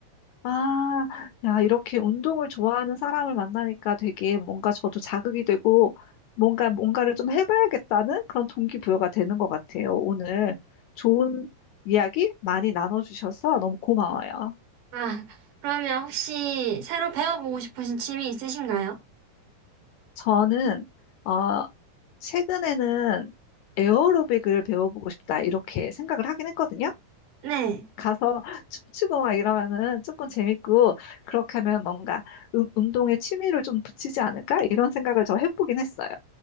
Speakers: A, on the left (about 80°); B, on the right (about 75°).
A: 아, 야, 이렇게 운동을 좋아하는 사람을 만나니까 되게 뭔가 저도 자극이 되고 뭔가 뭔가를 좀 해봐야겠다는 그런 동기부여가 되는 것 같아요. 오늘 좋은 이야기 많이 나눠주셔서 너무 고마워요.
B: 아, 그러면 혹시 새로 배워보고 싶으신 취미 있으신가요?
A: 저는, 어, 최근에는 에어로빅을 배워보고 싶다, 이렇게 생각을 하긴 했거든요.
B: 네.
A: 가서 <laughs> 춤추고 막 이러면은 조금 재밌고, 그렇게 하면 뭔가 음- 운동에 취미를 좀 붙이지 않을까? 이런 생각을 저 해보긴 했어요.